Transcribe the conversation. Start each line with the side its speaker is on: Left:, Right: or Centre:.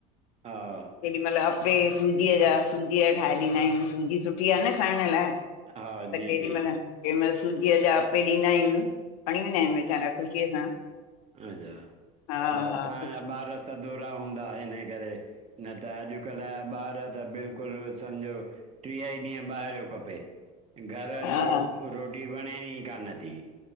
Right: हा।
Left: केॾी मल अपे सूजीअ जा सूजीअ या ठाहे ॾींदा आहियुन, सूजी सुठी आ न खांइण लाए।
Right: हा
Left: त
Right: जी
Left: केॾी
Right: जी
Left: महल केमहल सूजीअ जा अपे ॾींदा आहियुन। खणी वेंदा हिनि वेचारा
Right: अ,
Left: ख़ुशीअ सां,
Right: अच्छा
Left: हा हा
Right: तव्हांजा
Left: सुठो।
Right: ॿार सदोरा हुंदा इन्हे करे। न त अॼुकल्ह जा ॿार त बिल्कुलु सम्झो ट्रीह ई ॾींहं ॿाहिरियों खपे, घर
Left: हा
Right: जो रोटी वणेन ई कान्ह थी।